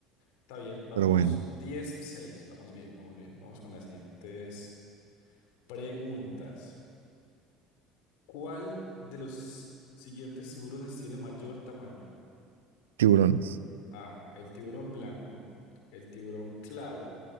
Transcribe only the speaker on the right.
Pero bueno,
tiburones. <laughs>